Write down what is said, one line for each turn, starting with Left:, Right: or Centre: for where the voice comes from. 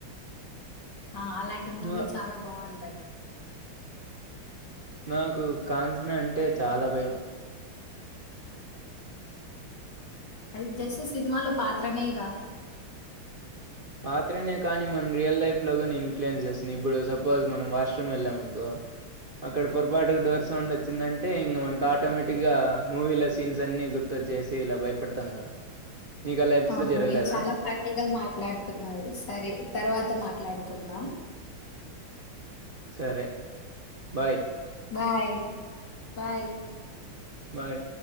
Left: ఆ! అలాంటి మూవీ
Right: నా
Left: చాలా బావుంటది.
Right: నాకు కాంచన అంటే చాలా భయం
Left: అది జస్ట్ సినిమాలో పాత్రనేగా.
Right: పాత్రనే కానీ మన రియల్ లైఫ్ లో కూడా ఇన్ఫ్లుయెన్స్ చేస్తుంది ఇప్పుడు సపోజ్ మనం వాష్రూమ్ వెళ్ళాం అనుకో అక్కడ పొరపాటుకు డోర్ సౌండ్ వచ్చిందంటే ఇంక మనకు ఆటోమేటిక్ గా మూవీలో సీన్స్ అన్ని గుర్తొచ్చేసి ఇలా భయపడతాం కదా నీకు అలా ఎప్పుడు
Left: అవును.
Right: జరగలేదా
Left: మీరు చాలా ఫన్నీగా మాట్లాడుతున్నారు. సరే తర్వాత మాట్లాడుకుందాం.
Right: సరే బాయ్
Left: బాయ్. బాయ్.
Right: బాయ్